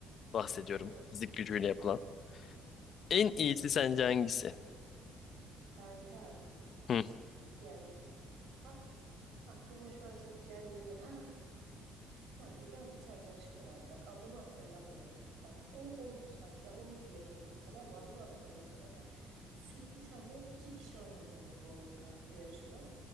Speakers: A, on the left; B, on the right.
A: bahsediyorum.
B: Hı,
A: Fizik gücüyle yapılan. En
B: evet.
A: iyisi sence hangisi?
B: Kanka.
A: Hı,
B: Yani Ak- aklıma şu an çok gelmiyordu. Ha, kanki ben bir tane yarışma vardı. Bak adını hatırlamıyorum. Bak o oydu sanki. Ya onu diyebilirim sana ama adını hatırlamıyorum kanka. Sü- Bir tane iki kişi oynanıyordu bu oyun kanka bu yarışma.